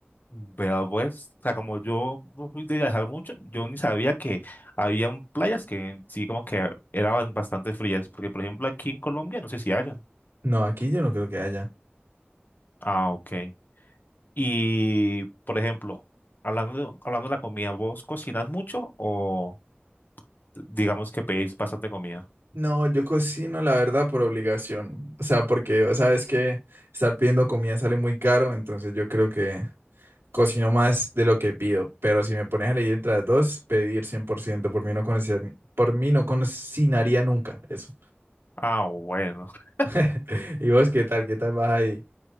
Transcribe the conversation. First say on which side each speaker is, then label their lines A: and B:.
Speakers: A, on the left; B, on the right.
A: Vea pues, o sea, como yo no fui de viajar mucho, yo ni sabía que habían playas que sí como que eran bastante frías, porque por ejemplo aquí en Colombia no sé si hayan.
B: No, aquí yo no creo que haya.
A: Ah, ok. Y por ejemplo, hablando de, hablando de la comida, ¿vos cocinas mucho o digamos que pedís bastante comida?
B: No, yo cocino, la verdad, por obligación. O sea, porque sabes que estar pidiendo comida sale muy caro, entonces yo creo que cocino más de lo que pido, pero si me pones a elegir entre las dos, pedir cien por ciento por mí no conocía- por mí no cocinaría nunca eso.
A: Ah, bueno. <laughs>
B: <laughs> ¿Y vos qué tal? ¿Qué tal vas ahí?